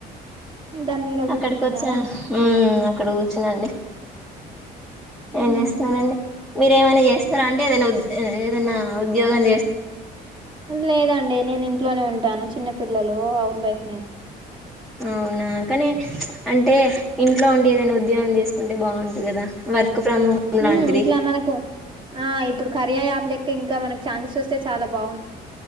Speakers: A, on the right (about 30°); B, in the centre.
A: దాని నీడ కూర్చుంటున్నారా
B: అక్కడికి వచ్చా ఉం ఇక్కడ కూర్చున్నాండి ఏం
A: ఉహు
B: చేస్తున్నారంండి మీర ఏమనా చేస్తారా అంటే తెల్వద్ ఏదైనా! ఉద్యోగం చేస్తారా అండి.
A: లేదండి నేను ఇంట్లోనే ఉంటాను చిన్న పిల్లలు హౌస్ వైఫ్ న నేను
B: అవునా కానీ అంటే ఇంట్లో ఉండి ఏదైనా ఉద్యోగం చేసుకుంటే బాగుంటది కదా వర్క్ ఫ్రమ్ హోమ్
A: హ్మ్
B: లాంటిది
A: ఇట్లా మనకు ఆ ఇప్పుడు. కరియా ఆపు లెక్క ఇంకా మనకి చన్సెస్ వస్తే చాలా బాగుంటది ఇట్లా.